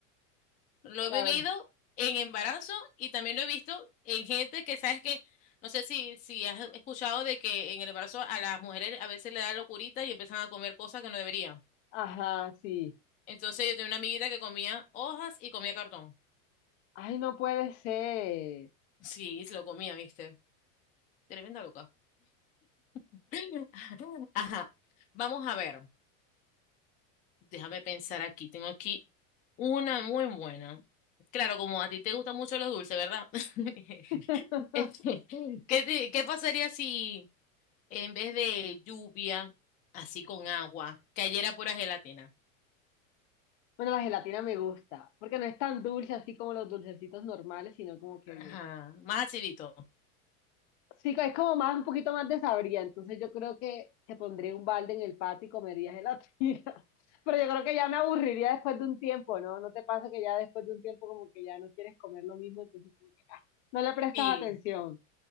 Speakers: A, on the left; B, on the left.
A: Lo
B: La
A: he vivido
B: verdad.
A: en embarazo y también lo he visto en gente que, ¿sabes que No sé si, si has escuchado de que en el embarazo a las mujeres a veces le da locurita y empiezan a comer cosas que no deberían.
B: Ajá, sí.
A: Entonces yo tenía una amiguita que comía hojas y comía cartón.
B: Ay, no puede ser.
A: Sí, se lo comía, ¿viste? Tremenda loca. <laughs> Ajá. Vamos a ver. Déjame pensar aquí. Tengo aquí una muy buena. Claro, como a ti te gustan mucho los dulces, ¿verdad? <laughs>
B: <laughs>
A: Este, ¿Qué, te- qué pasaría si en vez de lluvia, así con agua, cayera pura gelatina?
B: Bueno, la gelatina me gusta, porque no es tan dulce así como los dulcecitos normales, sino como que
A: Ajá,
B: bien.
A: más acidito.
B: Sí, es como más, un poquito más de sabría, entonces yo creo que te pondría un balde en el patio y comería gelatina. <laughs> Pero yo creo que ya me aburriría después de un tiempo, ¿no? ¿No te pasa que ya después de un tiempo como que ya no quieres comer lo mismo, entonces como que ah, no le prestas
A: Sí,
B: atención?